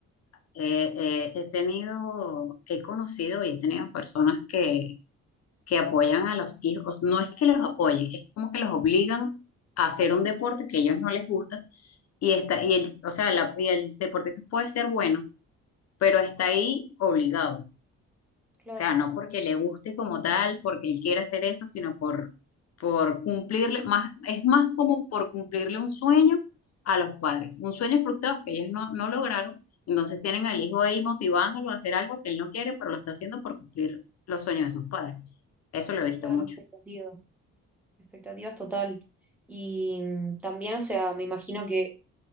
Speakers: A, on the left; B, in the centre.
A: Eh, eh, he tenido, he conocido y he tenido personas que, que apoyan a los hijos. No es que los apoyen, es como que los obligan a hacer un deporte que a ellos no les gusta y está, y el, o sea, la, y el deportista puede ser bueno, pero está ahí obligado.
B: Claro.
A: O sea, no porque le guste como tal, porque él quiera hacer eso, sino por, por cumplirle, más, es más como por cumplirle un sueño a los padres, un sueño frustrado que ellos no, no lograron, entonces tienen al hijo ahí motivándolo a hacer algo que él no quiere, pero lo está haciendo por cumplir los sueños de sus padres. Eso lo he visto
B: Claro,
A: mucho.
B: expectativas, expectativas total. Y mm, también, o sea, me imagino que,